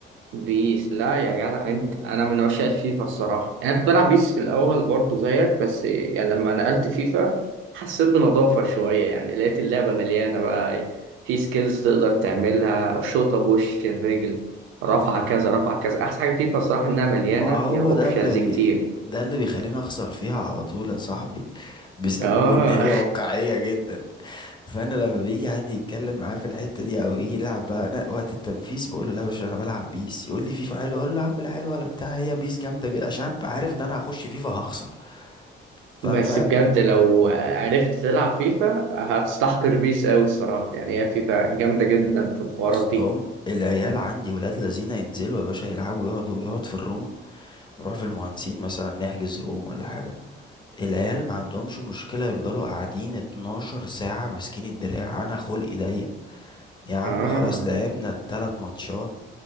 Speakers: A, on the right (about 80°); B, on the left (about 20°).
A: بيس لا يا جدع انت انا من عشاق الفيفا الصراحه انا كنت بلعب بيس في الاول برضه زيك بس يعني لما نقلت فيفا حسيت بنضافه شويه يعني لقيت اللعبه مليانه بقى في سكيلز تقدر تعملها شوطه بوش الرجل رفعه كذا رفعه كذا احسن حاجه فيفا الصراحه انها مليانه
B: ما
A: فيها
B: هو
A: اوبشنز
B: ده اللي بي...
A: كتير
B: ده اللي بيخليني اخسر فيها على طول يا صاحبي بسبب
A: اه
B: ان هي واقعية جدا فانا لما بيجي حد يتكلم معايا في الحتة دي او يجي يلعب بقى لا، وقت التنفيذ بقول له لا يا باشا انا بلعب بيس يقول لي فيفا حلوه اقول له يا عم لا حلوه ولا بتاع هي بيس جامدة جدا عشان أبقى عارف ان انا هخش فيفا هخسر
A: <laughs>
B: ف-
A: بس
B: فاهم
A: بجد لو عرفت تلعب فيفا هتستحقر بيس قوي الصراحه يعني هي فيفا جامده جدا في الحوارات
B: اصل
A: دي
B: هم العيال عندي ولاد لذينه ينزلوا يا باشا يلعبوا يقعدوا يقعد في الروم نروح في المهندسين مثلا نحجز روم ولا حاجة العيال ما عندهمش مشكلة يفضلوا قاعدين 12 ساعة ماسكين الدراع أنا خلقي ضيق يا عم
A: اه
B: خلاص لعبنا التلات ماتشات